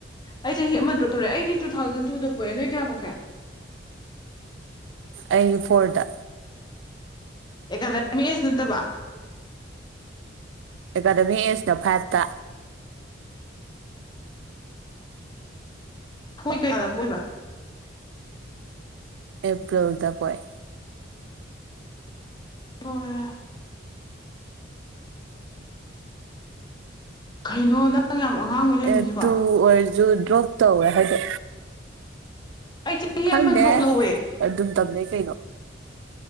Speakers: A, on the left; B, on the right.
A: ꯑꯩ ꯆꯍꯤ ꯑꯃ ꯗꯔꯣꯞ ꯇꯧꯔꯛꯑꯦ ꯑꯩꯗꯤ ꯇꯨ ꯊꯥꯎꯖꯟ ꯇꯨꯗ ꯄꯣꯛꯑꯦ ꯅꯣꯏ ꯀꯌꯥ ꯄꯣꯛꯀꯦ
B: ꯑꯩ ꯐꯣꯔꯗ
A: ꯑꯦꯀꯥꯗꯃꯤꯁ ꯌꯦꯁ ꯅꯠꯇꯕ
B: ꯑꯦꯀꯥꯗꯃꯤꯛ ꯑꯦꯖꯅ ꯐꯥꯏꯞꯇ
A: ꯍꯣꯏ ꯀꯩꯌꯥꯗ ꯄꯣꯛꯏꯕ
B: ꯑꯦꯄ꯭ꯔꯤꯜꯗ ꯄꯣꯛꯑꯦ
A: ꯍꯧꯔꯦ ꯀꯩꯅꯣ ꯅꯪ ꯌꯥꯝ ꯑꯉꯥꯡ ꯑꯣꯏ ꯂꯩꯔꯝꯃꯤꯖꯤꯕꯣ
B: ꯑꯦ ꯇꯨ ꯑꯣꯏꯔꯁꯨ ꯗ꯭ꯔꯣꯞ ꯇꯧꯋꯦ ꯍꯥꯏꯗꯤ
A: ꯑꯩ ꯆꯍꯤ
B: ꯈꯪꯗꯦ
A: ꯑꯃ ꯗ꯭ꯔꯣꯞ ꯂꯧꯋꯦ
B: ꯑꯗꯨꯝ ꯇꯝꯅꯩ ꯀꯩꯅꯣ